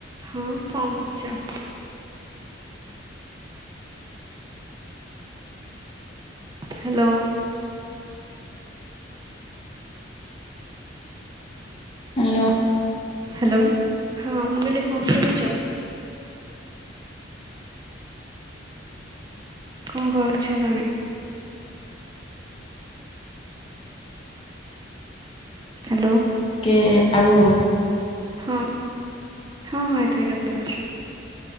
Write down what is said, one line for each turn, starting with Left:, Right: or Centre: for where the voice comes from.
Right: ହଁ କଣ କରୁଛ? ହ୍ୟାଲୋ।
Left: ହାଲୋ।
Right: ହାଲୋ ହଁ ମୁଁ କହିଲି କଁ କରୁଚ? କଣ କରୁଛ ତମେ? ହାଲୋ।
Left: ଟିକେ ଆଡ଼ୁ
Right: ହଁ ହଁ ହଁ ଏଥରିକା ସବୁଛି।